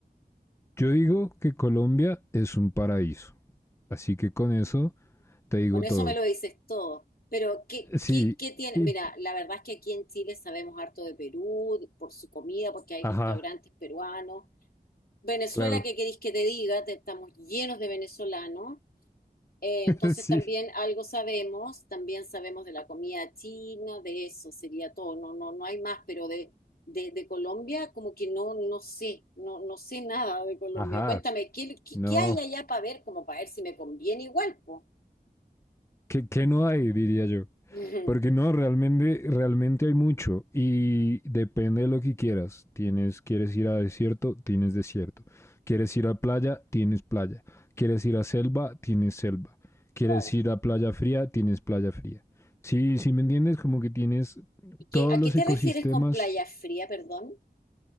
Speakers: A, on the left; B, on the left.
A: Yo digo que Colombia es un paraíso. Así que con eso te digo
B: Con eso
A: todo.
B: me lo dices todo. Pero, ¿qué,
A: Sí.
B: qué, qué tiene?
A: Y...
B: Mira, la verdad es que aquí en Chile sabemos harto de Perú, de- por su comida, porque hay
A: Ajá,
B: restaurantes peruanos. Venezuela,
A: claro.
B: ¿qué queréis que te diga? Te- estamos llenos de venezolanos. Eh,
A: <laughs>
B: entonces
A: sí.
B: también algo sabemos, también sabemos de la comida china, de eso sería todo. No, no, no hay más, pero de, de, de Colombia, como que no, no sé, no, no sé nada de Colombia.
A: Ajá.
B: Cuéntame, ¿qué, qué,
A: No.
B: qué hay allá para ver? Como para ver si me conviene igual, pues.
A: ¿Qué, qué no hay? Diría yo.
B: <laughs>
A: Porque no, realmente, realmente hay mucho y depende de lo que quieras. Tienes, quieres ir a desierto, tienes desierto. Quieres ir a playa, tienes playa. Quieres ir a selva, tienes selva. Quieres
B: Wow.
A: ir a playa fría, tienes playa fría. Sí, sí me entiendes, como que tienes
B: ¿Y qué,
A: todos
B: a
A: los
B: qué te
A: ecosistemas.
B: refieres con playa fría, perdón?